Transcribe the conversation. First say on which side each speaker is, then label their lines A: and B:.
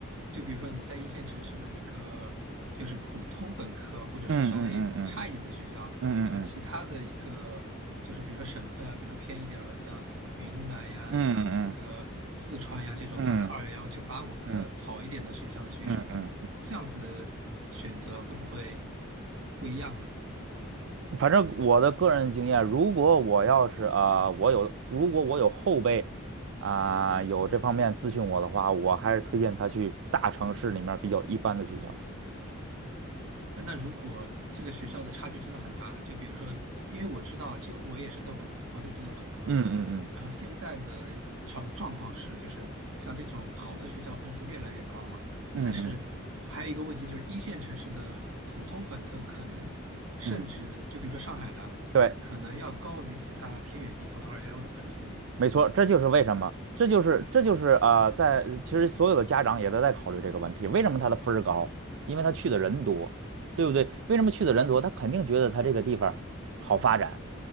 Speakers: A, on the right; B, on the right.
A: 就比如说你在一线城市的一个就是普通本科或者是稍微差一点的学校，
B: 嗯嗯嗯嗯嗯嗯
A: 和其他的一个就是比如说省份啊，比如说偏一点儿的，像云南呀、
B: 嗯嗯
A: 像那个四川呀这种，
B: 嗯
A: 它的二幺幺、九八五的好一点的学校的学生呢，
B: 嗯嗯嗯，
A: 这样子的选择会不会不一样呢？
B: 反正我的个人经验，如果我要是啊、呃我有如果我有后辈啊、有这方面咨询我的话，我还是推荐他去大城市里面比较一般的学校。
A: 那如果这个学校的差距真的很大呢？就比如说，因为我知道，就我也是在本国内读的本科嘛，
B: 嗯嗯嗯
A: 然后现在的状状况是，就是像这种好的学校分数越来越高嘛，
B: 嗯嗯
A: 但是还有一个问题就是一线城市的普通本科可能甚至就比如说上海的，
B: 嗯对。
A: 可能要高于其他偏远地方的211的分数，
B: 没错，这就是为什么，
A: 就是。
B: 这就是这就是啊、呃在其实所有的家长也都在考虑这个问题，为什么他的分儿高？因为他去的人多，对不对？为什么去的人多？他肯定觉得他这个地方好发展，